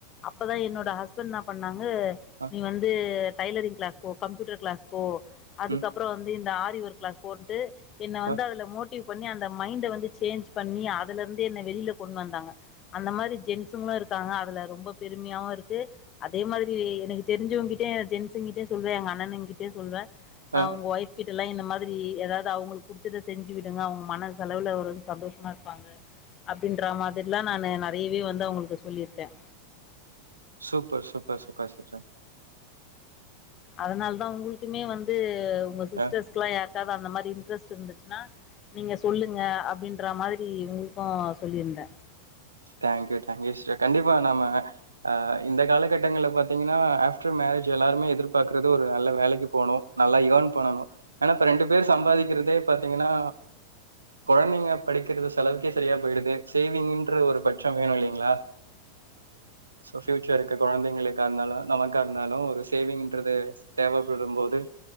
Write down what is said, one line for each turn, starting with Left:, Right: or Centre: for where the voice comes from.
Left: அப்பதான் என்னோட ஹஸ்பண்ட் என்ன பண்ணாங்க
Right: அ
Left: நீ வந் டைலரிங் கிளாஸ் போ கம்ப்யூட்டர் கிளாஸ் போ அதுக்கப்புறம்
Right: ம்
Left: வந்து இந்த ஆ ஒரு கிளாஸ் போட்டு என்ன வந்து
Right: அ
Left: அதுல மூட் ந்த பண்ணி அந்த மைன்ட் வந்து சேஞ்ச் பண்ணி அதுல இருந்து என்னை வெளியில கொண்டு வந்தாங்க அந்த மாதிரி ஜென்ஸுங்களும் இருக்காங்க அதுல ரொம்ப பெருமையாவும் இருக்கு அதே மாதிரி எனக்கு தெரிஞ்சவங்கிட்ட க ஜென்ஸு கிட்டே சொல்லேன் எ அண்ணன்கிட்டே சொல்லுவன்
Right: அ
Left: அவங்க ஒய்ஃப் கிட்ட எல்லாம் இந்த மாதிரி ஏதாவது அவங்களுக்கு புடிச்சதை செஞ்சு விடுங்க அவங்க மன செலவுல ஒரு சந்தோஷமா இருப்பாங்க அப்டின்ற மாதிரில்லாம் நான் நிறையவே வந்து அவங்களுக்கு சொல்லிருக்கேன்
Right: சூப்பர் சூப்பர் சூப்பர் சட்ட
Left: அதனால தான் உங்களுக்குமே வந்து உங்க சிஸ்டர்ஸ்கலாம்
Right: அ
Left: யா எதாவது அந்த மாதிரி இன்ட்ரெஸ்ட் இருந்துச்சுன்னா நீங்க சொல்லுங்க அப்படின்ற மாதிரி உங்களுக்கும் சொல்லியிருந்தேன்
Right: தேங்க்யூ தேங்க்யூ கண்டிப்பா நாம ஆஹ் இந்த காலகட்டங்களல பாத்தீங்கன்னா ஆஃப்டர் மேரேஜ் எல்லாருமே எதிர்பார்க்கறது ஒரு நல்ல வேலைக்கு போகணும் நல்லா யர்ன் பண்ணணும் ஏன்னா இப்ப ரெண்டு பேர் சம்பாதிக்கிறதே பாத்தீங்கன்னா குழந்தைங்க படிக்கிறது செலவுக்கே சரியா போயிடுது சேவிங் பம் வேணும் இல்லங்களா சோ ஃபியூச்சருக்கு குழந்தைங்கக்க இரந்தாலும் நமக்கா இருந்தாலும் ஒரு சேவிங்ரது தேவைப்படும் போது